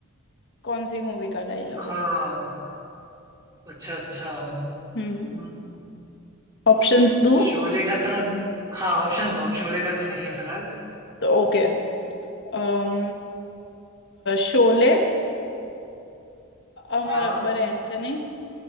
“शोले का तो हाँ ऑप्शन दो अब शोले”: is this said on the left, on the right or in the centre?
Right